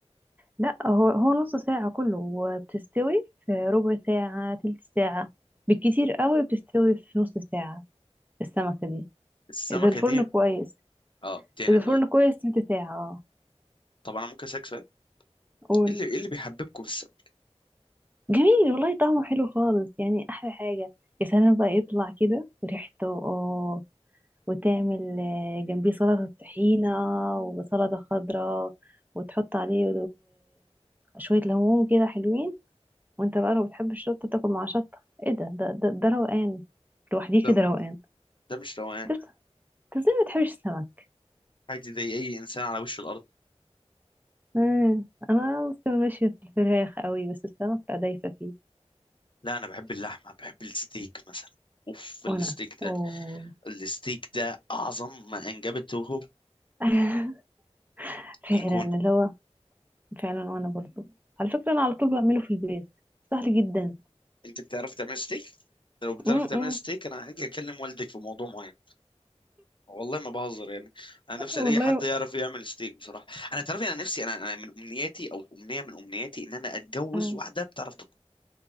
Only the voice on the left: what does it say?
السمكة
دي
اه يعني
طب انا ممكن اسالك سؤال
ايه اللي ايه اللي بيحببكم في السمك
ده
ده مش روقان
عادي زي اي انسان على وش الارض
لا انا بحب اللحمة بحب الستيك مثلا اوف الستيك
ده الستيك ده اعظم ما انجبته
الكون
انت بتعرف تعمل ستيك لو بتعرف
تعمل ستيك انا هاجي اكلم والدك في موضوع معين والله ما بهزر يعني انا نفسي
الاقي حد يعرف يعمل ستيك بصراحه انا تعرف انا نفسي انا انا من امنياتي او امنيه من امنياتي ان انا اتجوز
واحده بتعرف تطبخ